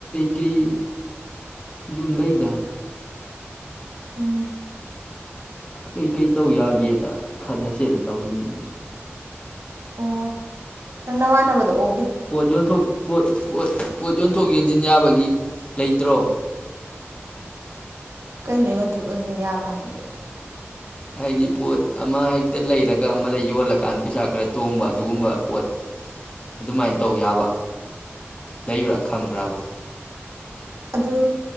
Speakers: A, on the left; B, on the right.
A: ꯀꯩ ꯌꯨꯝ ꯂꯩꯗ
B: ꯎꯝ
A: ꯀꯩꯀꯩ ꯇꯧ ꯌꯥꯒꯦꯗ ꯈꯟꯅꯁꯦꯗ ꯇꯧꯔꯤꯅꯤꯅꯦ
B: ꯑꯣ ꯅꯪ ꯅꯃꯥꯟꯅꯕꯗꯣ ꯑꯣ
A: ꯄꯣꯠ ꯌꫭꯟꯊꯣꯛ ꯄꯣꯠ ꯄꯣꯠ ꯄꯣꯠ ꯌꯣꯟꯊꯣꯛ ꯌꯣꯟꯁꯤꯟ ꯌꯥꯕꯒꯤ ꯂꯩꯇ꯭ꯔꯣ
B: ꯀꯩꯅꯣ ꯌꯣꯟꯊꯣꯛ ꯌꯣꯟꯁꯤꯟ ꯌꯥꯕ ꯍꯥꯏꯗꯤ
A: ꯍꯥꯏꯗꯤ ꯄꯣꯠ ꯑꯃ ꯍꯦꯛꯇ ꯂꯩꯔꯒ ꯑꯃꯗ ꯌꯣꯜꯂꯀꯥꯟꯗ ꯄꯩꯁꯥ ꯈꯔ ꯇꯣꯡꯕ ꯑꯗꯨꯒꯨꯝꯕ ꯄꯣꯠ ꯑꯗꯨꯃꯥꯏꯅ ꯇꯧ ꯌꯥꯕ ꯂꯩꯕ꯭ꯔꯥ ꯈꯪꯕ꯭ꯔꯥꯕ
B: ꯑꯗꯨ